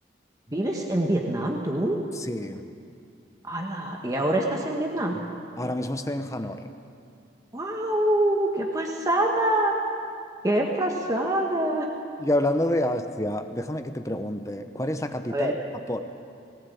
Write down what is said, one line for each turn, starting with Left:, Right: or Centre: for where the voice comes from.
Right: ¿Vives en Vietnam tú?
Left: Sí,
Right: ¡Hala! ¿Y ahora estás en Vietnam?
Left: ahora mismo estoy en Hanoi.
Right: ¡Wow! ¡Qué pasada! ¡Qué pasada!
Left: Y hablando de Asia, déjame que te pregunte, ¿cuál es la capital
Right: A ver,
Left: de Japón?